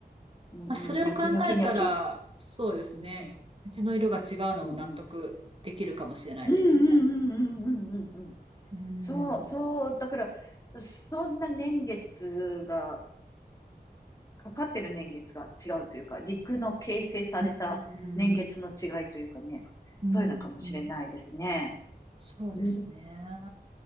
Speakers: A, on the left; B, on the right.
A: う、もうニョキニョキニョキ。
B: まあ、それを考えたら、そうですね。
A: うん、
B: 土の色が違うのも納得できるかもしれないですね。
A: うん、うん、うん、うん、うん、うん、うん。うん
B: うん。
A: そう、そう、だから、そんな年月がかかってる年月が違うというか、陸の形成された年月の違いというかね、
B: うん。うん。
A: そういうのかもしれないですね。
B: うん。そうですね。
A: うん